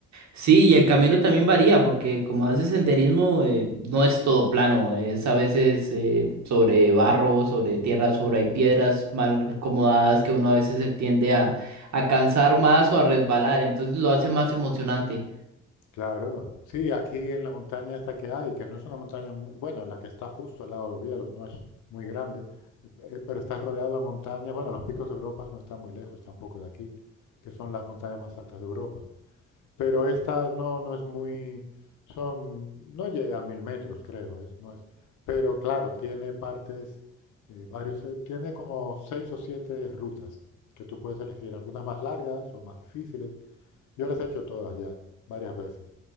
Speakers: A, on the right (about 65°); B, on the left (about 80°).
A: Sí, y el camino también varía, porque como haces senderismo, eh, no es todo plano, es a veces eh, sobre barro, sobre tierra, sobre hay piedras mal acomodadas que uno a veces se tiende a, a cansar más o a resbalar, entonces lo hace más emocionante.
B: Claro, sí, aquí en la montaña esta que hay, que no es una montaña, mu- bueno, la que está justo al lado de Oviedo, no es muy grande, eh, pero está rodeado de montañas, bueno, los picos de Europa no están muy lejos tampoco de aquí, que son las montañas más altas de Europa. Pero esta no, no es muy, son, no llega a mil metros, creo, es, no es, pero claro, tiene partes, eh, varios, eh, tiene como seis o siete rutas que tú puedes elegir, algunas más largas o más difíciles. Yo las he hecho todas ya, varias veces.